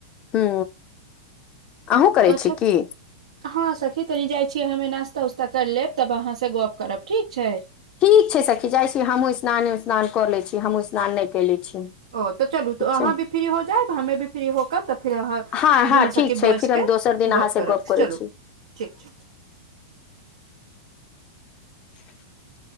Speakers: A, on the left; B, on the right.
A: हू आहू करै
B: अच्छा
A: छी। की
B: हँ सखी तनी जाइ छियै। हमे नास्ता उास्ता करि लेब तब अहाँसँ गप करब ठीक छै।
A: ठीक छै। सखी जाइ छी। हमहूँ स्नाने उस्नान कऽ लै छी। हमहूँ स्नान नहि कइले छी।
B: ओ तऽ चलू
A: ठीक
B: तऽ अहाँ
A: छै
B: भी फ्री हो जायब। हमे भी फ्री होकर तऽ फेर अहाँ
A: हँ हँ
B: दुनू
A: ठीक
B: सखी
A: छै
B: बैठ
A: फिर हम
B: के
A: दोसर दिन
B: गप
A: अहाँसँ
B: करब
A: करै
B: चलू
A: छी
B: ठीक छै।
A: <inaudible>